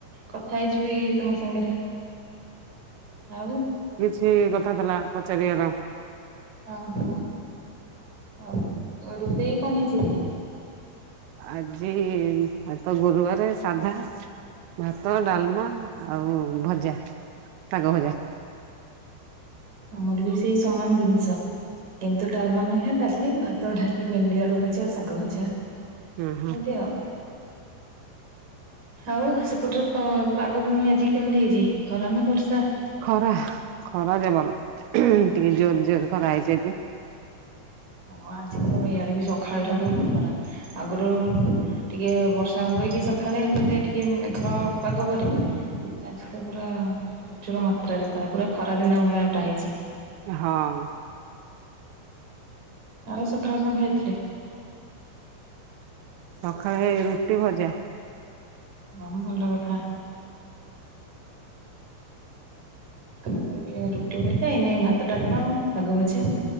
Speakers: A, on the right (about 35°); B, on the right (about 85°).
A: କଥା ହେଇଯିବି ତମ ସାଙ୍ଗରେ। ଆଉ
B: ଟେ କଥା ଥିଲା ପଚାରିବାର
A: ଓହୋ ଆଉ ରୋଷେଇ କଣ ହେଇଛି ଆଜି?
B: ଆଜି ତ ଗୁରୁବାରେ ସାଧା ଭାତ ଡାଲମା ଆଉ ଭଜା ଶାଗ ଭଜା।
A: ଆମର ବି ସେଇ ସମାନ ଜିନିଷ। କିନ୍ତୁ ଡାଲମା ନୁହେଁ ଡାଲି ଭାତ, ଡାଲି, ଭେଣ୍ଡି ଆଳୁ ଭଜା ଆଉ ଶାଗ ଭଜା।
B: ହୁଁ ହୁଁ
A: ଏମିତି ଆଉ ଆଉ ସେପଟରେ ପ ପାଗ ପୁଣି ଆଜି କେମିତି ହେଇଛି ଖରା ନା ବର୍ଷା?
B: ଖରା ଖରା ଯବର ଟିକେ ଜୋର ଜୋର ଖରା ହେଇଛି ଆଜି।
A: ହଁ ଆଜି ତ ଏଇଆଡେ ବି ସକାଳ ଠାରୁ ଖରା ଆଗରୁ ଟିକେ ବର୍ଷା ହୁଏ କି ସକାଳେ ନେଲେ ଟିକେ ମେଘ ପାଗ କରେ ଆଜି ତ ପୁରା ପ୍ରଚୁର ମାତ୍ରାରେ ଖରା ପୁରା ଖରା ଦିନ ଭଳିଆ ଟା ହେଇଛି।
B: ହଁ
A: ଆଉ ସକାଳେ କଣ ଖାଇଥିଲେ?
B: ସକାଳେ ରୁଟି ଭଜା।
A: ହଁ ଭଲ କଥା। ଏ ଖାଇ ରୁଟି ଭଜା ଏଇନେ ଭାତ, ଡାଲମା, ଶାଗ ଭଜା।